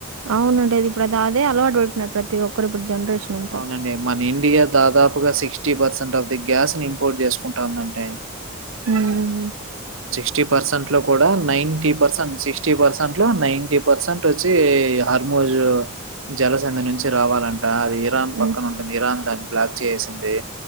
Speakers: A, on the right; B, on the right.
A: అవునుండి ఇప్పుడు అది అదే అలవాటు పడిపోనడు ప్రతి ఒక్కరు ఇప్పుడు జనరేషన్ అంతా
B: అవునండి మన ఇండియా దాదాపు ఎక్కుగా sixty percent of the gas ని ఇంపోర్ట్ చేసుకుంటాందంటే
A: ఉం
B: సిక్టీ పర్సెంట్ లో కూడా నయింటి పర్సెంట్ సిక్టీ పర్సెంట్ లో నాయింటి పర్సెంట్ వచ్చి నోజు జలసంధి నుంచి రావాలంట అది ఇరాన్ పక్కన
A: ఉమ్
B: ఉంటుంది ఇరాన్ దాన్ని బ్లాక్ చేసేసింది